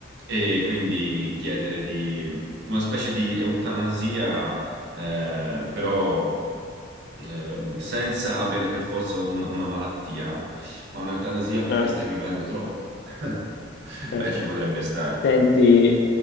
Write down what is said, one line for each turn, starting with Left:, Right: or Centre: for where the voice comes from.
Right: e quindi chiedere di una specie di eutanasia eh, però eh, senza avere per forza un- una malattia, ma un'eutanasia perché
Left: certo,
Right: stai vivendo troppo. <laughs>
Left: certo.
Right: Beh, ci potrebbe stare.
Left: Senti,